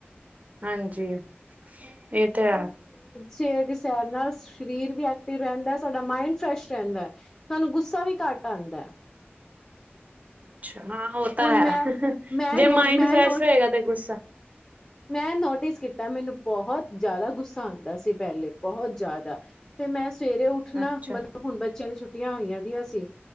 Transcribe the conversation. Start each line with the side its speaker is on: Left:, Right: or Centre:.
Right: ਹਾਂਜੀ। ਇਹ ਤਾਂ ਹੈ।
Left: ਸਵੇਰ ਦੀ ਸੈਰ ਨਾਲ ਸ਼ਰੀਰ ਵੀ ਐਕਟਿਵ ਰਹਿੰਦਾ ਸਾਡਾ ਮਾਇੰਡ ਫਰੈਸ਼ ਰਹਿੰਦਾ। ਸਾਨੂੰ ਗੁੱਸਾ ਵੀ ਘੱਟ ਆਉਂਦਾ।
Right: ਅੱਛਾ ਹਾਂ। ਉਹ ਤਾਂ
Left: ਹੁਣ
Right: ਹੈ
Left: ਮੈਂ ਮੈਂ
Right: ਜੇ
Left: ਨੋ
Right: ਮਾਇੰਡ
Left: ਮੈਂ
Right: ਫਰੈਸ਼
Left: ਨੋ
Right: ਹੋਏਗਾ ਤੇ ਗੁੱਸਾ
Left: ਮੈਂ ਨੋਟਿਸ ਕੀਤਾ ਮੈਨੂੰ ਬਹੁਤ ਜ਼ਿਆਦਾ ਗੁੱਸਾ ਆਉਂਦਾ ਸੀ ਪਹਿਲੇ ਬਹੁਤ ਜ਼ਿਆਦਾ। ਤੇ ਮੈਂ ਸਵੇਰੇ ਉੱਠ ਉਠ ਨਾ
Right: ਅੱਛਾ
Left: ਮਤਲਬ ਹੁਣ ਬੱਚਿਆਂ ਦੀ ਛੁੱਟੀਆਂ ਆਈਆਂ ਦੀਆਂ ਸੀ,